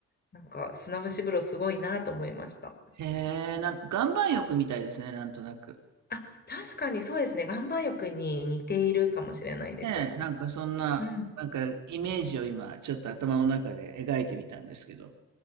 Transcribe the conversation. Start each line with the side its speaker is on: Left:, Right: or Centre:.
Left: なんか砂蒸し風呂すごいなと思いました。
Right: え、へえ、なんか岩盤浴みたいですね、なんとなく。
Left: あ、確かにそうですね。岩盤浴に似ているかもしれないです。
Right: ねえ、なんかそんな、
Left: うん。
Right: なんかイメージを今ちょっと頭の中で描いてみたんですけど。